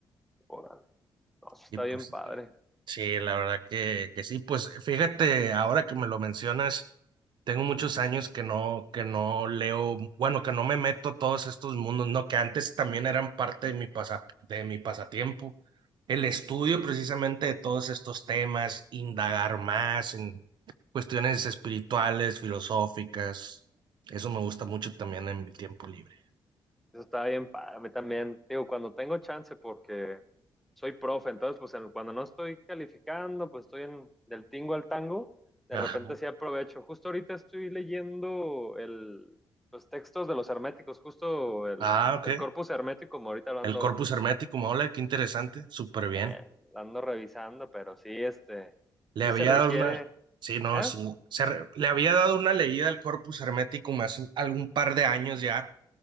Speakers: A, in the centre; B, on the right.
A: Órale. No, eso está
B: Y pues,
A: bien padre.
B: sí, la verdad que, que sí. Pues fíjate, ahora que me lo mencionas, tengo muchos años que no, que no leo, bueno, que no me meto a todos estos mundos, ¿no? Que antes también eran parte de mi pasa- de mi pasatiempo. El estudio precisamente de todos estos temas, indagar más en cuestiones espirituales, filosóficas. Eso me gusta mucho también en mi tiempo libre.
A: Eso estaba bien padre. A mí también, digo, cuando tengo chance, porque soy profe, entonces, pues en- cuando no estoy calificando, pues estoy en, del tingo al tango, de
B: Ajá.
A: repente sí aprovecho. Justo ahorita estoy leyendo el, los textos de los herméticos, justo el,
B: Ah, ok.
A: el corpus hermético, como ahorita lo ando,
B: El corpus hermeticum, hola, qué interesante, súper bien.
A: eh, lo ando revisando, pero sí, este,
B: Le
A: sí
B: había
A: se requiere,
B: dado una, sí, no,
A: ¿eh?
B: sí, se re- le había dado una leída al Corpus Hermeticum hace algún par de años ya.